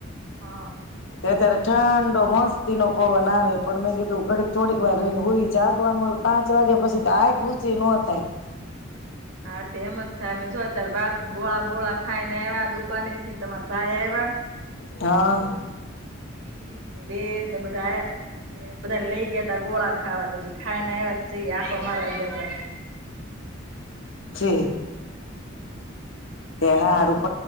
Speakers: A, on the right; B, on the left.
A: હા.
B: અત્યારે ઠંડો મસ્તી નો પવન આવે પણ મેં કીધું ઘડીક થોડીક વાર રહીને હોય જાગવાનું હોય પાંચ વાગે પછી તો આક ઊંચી નો થાય.
A: હા તેમ જ થાય અમે જો ચાર બાર ગોળા બોળા ખાયને એવા દુકાને થીને તમારા ભાઈ આવ્યા
B: હા.
A: <inaudible> બેદ ને બધાયા બધાને લઈ ગયા ત ગોળા ખાવા તો ખાઈ ને આવ્યા છે આ તો મારવા જયાતા
B: છે. કે હા રૂપ